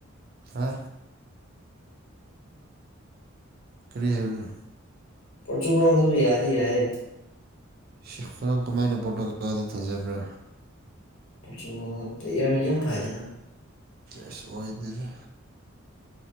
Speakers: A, on the right; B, on the left.
A: ꯍꯥ꯫ ꯀꯔꯤ ꯍꯥꯏꯕꯅꯣ
B: ꯄꯣꯔꯇꯨꯒꯜꯁꯨ ꯌꯥꯗꯤ ꯌꯥꯌꯦ꯫
A: ꯁꯤꯔ ꯀꯥꯃꯥꯏꯅ ꯄꯣꯔꯇꯨꯒꯜꯗ ꯊꯖꯕ꯭ꯔꯥ꯫
B: ꯑꯗꯨ ꯑꯦꯔꯒꯤꯝ ꯐꯥꯏꯅ
A: ꯑꯁ ꯑꯣꯏꯗꯦꯗ꯫